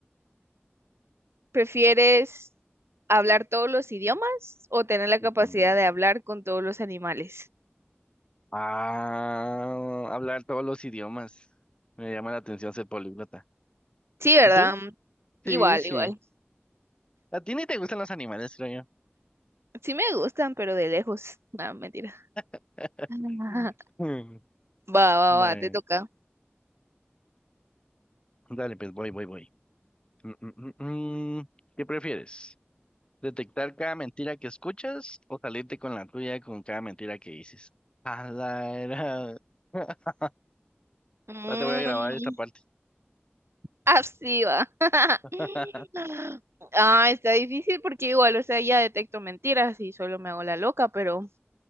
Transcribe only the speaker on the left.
Ujú.
Ah, hablar todos los idiomas. Me llama la atención ser políglota.
¿Y tú?
Sí, sí.
A ti ni te gustan los animales, creo yo.
<laughs>
Mm.
Dale,
dale, pues voy, voy, voy. Mm, mm, mm, mm. ¿Qué prefieres? Detectar cada mentira que escuchas o salirte con la tuya con cada mentira que dices. A la era. <laughs>
Ya te voy a grabar esta parte.
<laughs>